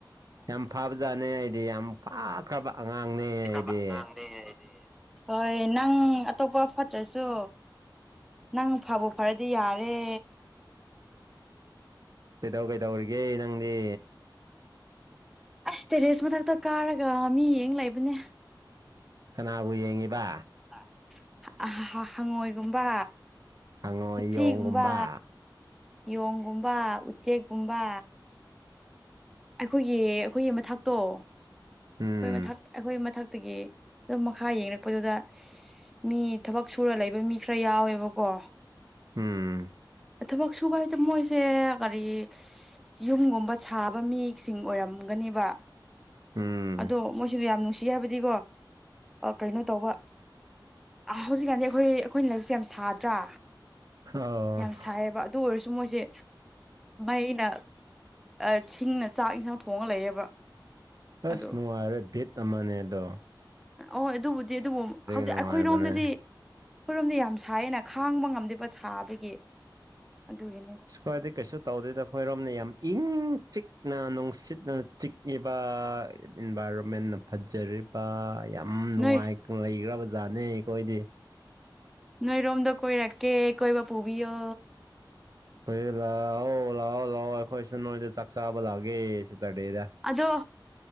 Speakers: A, on the right (about 50°); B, in the centre.
A: ꯌꯥꯝ ꯐꯕꯖꯥꯠꯅꯦ ꯑꯩꯗꯤ ꯌꯥꯝ ꯐꯥꯈ꯭ꯔꯕ ꯑꯉꯥꯡꯅꯦ ꯑꯩꯗꯤ
B: ꯈ꯭ꯔꯕ ꯑꯉꯥꯡꯅꯦ ꯑꯩꯗꯤ ꯍꯣꯏ ꯅꯪ ꯑꯇꯣꯞꯄ ꯐꯠꯇ꯭ꯔꯁꯨ ꯅꯪ ꯐꯕꯨ ꯐꯔꯗꯤ ꯌꯥꯔꯦ
A: ꯀꯩꯗꯧ ꯀꯩꯗꯧꯔꯤꯒꯦ ꯅꯪꯗꯤ
B: ꯑꯥꯁ ꯇꯦꯔꯦꯁ ꯃꯊꯛꯇ ꯀꯥꯔꯒ ꯃꯤ ꯌꯦꯡ ꯂꯩꯕꯅꯦ
A: ꯀꯅꯥꯕꯨ ꯌꯦꯡꯉꯤꯕ
B: ꯍꯥ ꯑꯍꯥ ꯍꯥ ꯍꯪꯉꯣꯏꯒꯨꯝꯕ
A: ꯍꯪꯉꯣꯏ
B: ꯎꯆꯤꯒꯨꯝꯕ
A: ꯌꯣꯡꯒꯨꯝꯕ
B: ꯌꯣꯡꯒꯨꯝꯕ ꯎꯆꯦꯛꯀꯨꯝꯕ ꯑꯩꯈꯣꯏꯒꯤ ꯑꯩꯈꯣꯏꯒꯤ ꯃꯊꯛꯇꯣ ꯑꯩꯈꯣꯏ
A: ꯎꯝ
B: ꯃꯊꯛ ꯑꯩꯈꯣꯏꯒꯤ ꯃꯊꯛꯇꯒꯤ ꯑꯗꯨ ꯃꯈꯥ ꯌꯦꯡꯔꯛꯄꯗꯨꯗ ꯃꯤ ꯊꯕꯛ ꯁꯨꯔ ꯂꯩꯕ ꯃꯤ ꯈꯔ ꯌꯥꯎꯋꯦꯕꯀꯣ
A: ꯎꯝ
B: ꯊꯕꯛ ꯁꯨꯕ ꯍꯥꯏꯇꯣ ꯃꯣꯏꯁꯦ ꯀꯔꯤ ꯌꯨꯝꯒꯨꯝꯕ ꯁꯥꯕ ꯃꯤꯁꯤꯡ ꯑꯣꯏꯔꯝꯒꯅꯤꯕ
A: ꯎꯝ
B: ꯑꯗꯣ ꯃꯣꯏꯖꯨ ꯌꯥꯝ ꯅꯨꯡꯁꯤ ꯍꯥꯏꯕꯗꯤꯀꯣ ꯑꯥꯀꯩꯅꯣ ꯇꯧꯕ ꯑꯥ ꯍꯧꯖꯤꯛꯀꯥꯟꯗꯤ ꯑꯩꯈꯣꯏ ꯑꯩꯈꯣꯏꯅ ꯂꯥꯏꯕꯛꯁꯦ ꯌꯥꯝ ꯁꯥꯗ꯭ꯔꯥ
A: ꯑꯥꯍꯥ ꯍꯥꯎ
B: ꯌꯥꯝ ꯁꯥꯏꯌꯦꯕ ꯑꯗꯨ ꯑꯣꯏꯔꯖꯨ ꯃꯣꯏꯖꯦ ꯃꯩꯅ ꯑꯥ ꯁꯤꯡꯅ ꯆꯥꯛ- ꯏꯟꯁꯥꯡ ꯊꯣꯡꯉ ꯂꯩꯌꯦꯕ
A: ꯑꯥꯁ
B: ꯑꯗꯣ
A: ꯅꯨꯡꯉꯥꯏꯔꯦ ꯚꯤꯠ ꯑꯃꯅꯦꯗꯣ
B: ꯑꯍꯣꯏ ꯑꯗꯨꯕꯨꯗꯤ ꯑꯗꯨꯕꯨ ꯍꯧꯖꯤꯛ
A: ꯅꯨꯡꯉꯥꯏꯕꯅꯦ
B: ꯑꯩꯈꯣꯏꯔꯣꯝꯗꯗꯤ ꯈꯣꯏꯔꯣꯝꯗꯤ ꯌꯥꯝ ꯁꯥꯏꯌꯦꯅ ꯈꯥꯡꯕ ꯉꯝꯗꯦꯕ ꯁꯥꯕꯒꯤ ꯑꯗꯨꯒꯤꯅꯤꯗ
A: ꯁꯨ ꯈ꯭ꯋꯥꯏꯗꯤ ꯀꯩꯁꯨ ꯇꯧꯗꯣꯏꯗ ꯑꯩꯈꯣꯏꯔꯣꯝꯅ ꯌꯥꯝ ꯏꯪ- ꯆꯤꯛꯅ ꯅꯨꯡꯁꯤꯠꯅ ꯆꯤꯛꯂꯤꯕꯥꯑ ꯏꯟꯚꯥꯏꯔꯣꯟꯃꯦꯟꯅ ꯐꯖꯔꯤꯕ ꯌꯥꯝ ꯅꯨꯡꯉꯥꯏ
B: ꯅꯣꯏ
A: ꯂꯩꯒ꯭ꯔꯕ ꯖꯥꯠꯅꯦ ꯑꯩꯈꯣꯏꯗꯤ
B: ꯅꯣꯏꯔꯣꯝꯗ ꯀꯣꯏꯔꯛꯀꯦ ꯀꯣꯏꯕ ꯄꯨꯕꯤꯌꯣ
A: ꯑꯩꯈꯣꯏꯗ ꯂꯥꯛꯑꯣ ꯂꯥꯛꯑꯣ ꯂꯥꯛꯑꯣ ꯑꯩꯈꯣꯏꯁꯨ ꯅꯣꯏꯗ ꯆꯥꯛ ꯆꯥꯕ ꯂꯥꯛꯑꯒꯦ ꯁꯇꯔꯗꯦꯗ
B: ꯑꯗꯣ